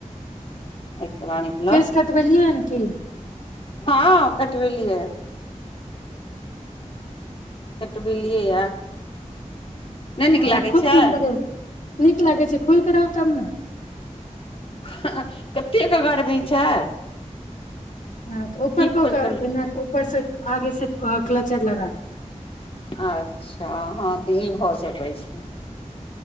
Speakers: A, on the left; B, on the left.
A: एहिके बाद निकलब
B: केस कटबेलियै हन की
A: हँ कटबेलीय कट बेलियै या नहि नीक
B: हँ
A: लागै
B: खूब
A: छै
B: सुन्दर ह नीक लागे छै खुल करब तब ने
A: हाँ कतेकके गर्मी छै
B: ह त उपरकक
A: की खोलि कऽ
B: उपरसँ आगे से के क्लचर लगाल
A: अच्छा हँ तऽ ई भऽ सकै छै